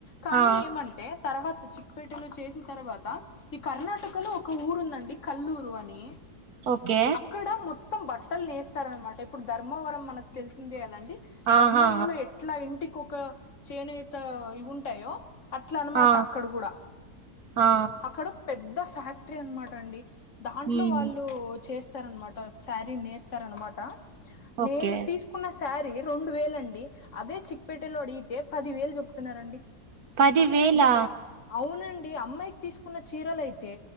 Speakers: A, on the left; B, on the right.
A: కానీ
B: ఆ
A: ఏమంటే తర్వాత చిక్ పేటలో చేసిన తర్వాత ఈ కర్ణాటక లో ఒక ఊరు ఉందండి కల్లూరు అని
B: ఓకే
A: ఇక్కడ మొత్తం బట్టలు నేస్తారన్నమాట ఇప్పుడు ధర్మవరం మనకు తెలిసిందే కదండి
B: ఆహా
A: ధర్మవరంలో ఎట్లా ఇంటికి ఒక చేనేత ఇవి ఉంటాయో అట్ల అన్నమాట
B: ఆ
A: అక్కడ గూడ
B: ఆ
A: అక్కడ పెద్ద ఫ్యాక్టరీ అన్న మాట అండి దాంట్లో
B: ఉమ్
A: వాళ్ళు చేస్తారన్న మాట శారీ నేస్తారూ అన్న మాట
B: ఓకే
A: నేను తీస్ చకున్న సారీ రెండు వేలు అండి అదే చిక్ పేట లో అడిగితే పది వేలు చెప్తున్నారండి
B: పదివేలు వేల
A: అవునండి అమ్మాయికి తీసుకున్న చీరలయితే